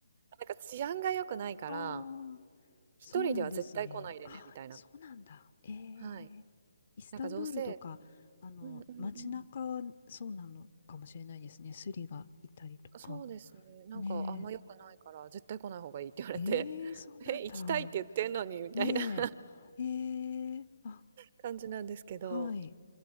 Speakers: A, on the right; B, on the left.
A: なんか治安が良くないから、
B: <laughs> ああ、そうなんですね。
A: 一人では絶対来ないでね、
B: ああ、
A: みたいな。
B: そうなんだ。ええ。
A: はい。
B: イスタンブールとか、
A: なんかどうせ
B: あの、
A: うんうんうん。
B: 街中はそうなのかもしれないですね。スリがいたりとか。
A: そうですね。なんかあんま良くないから、
B: ね
A: 絶対来ない方がいいって言われて、
B: え。ええ、
A: <laughs>
B: そうなんだ。
A: え、行きたいって言ってんのにみたいな
B: ねえ。
A: <laughs>
B: ええ、あ、
A: 感じなんですけど。
B: はい。